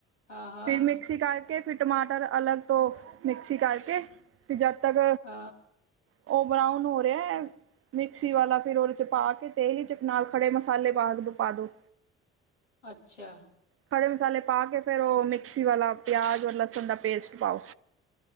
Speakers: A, on the left; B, on the right.
A: ਹਾਂ ਹਾਂ
B: ਫਿਰ ਮਿਕਸੀ ਕਰਕੇ ਫਿਰ ਟਮਾਟਰ ਅਲੱਗ ਤੋਂ ਮਿਕਸੀ ਕਰਕੇ ਫਿਰ ਜਦ ਤੱਕ
A: ਹਾਂ
B: ਉਹ ਬਰਾਊਨ ਹੋ ਰਿਹਾ ਹੈ। ਮਿਕਸੀ ਵਾਲਾ ਫਿਰ ਉਹਦੇ ਵਿਚ ਪਾ ਕੇ ਤੇਲ ਹੀ 'ਚ ਨਾਲ ਖੜੇ ਮਸਾਲੇ ਪਾ ਕੇ ਪਾਦੋ
A: ਅਛਾ-
B: ਖੜੇ ਮਸਾਲੇ ਪਾ ਕੇ ਫੇਰ ਉਹ ਮਿਕਸੀ ਵਾਲਾ ਪਿਆਜ ਔਰ ਲਸਣ ਦਾ ਪੇਸਟ ਪਾਓ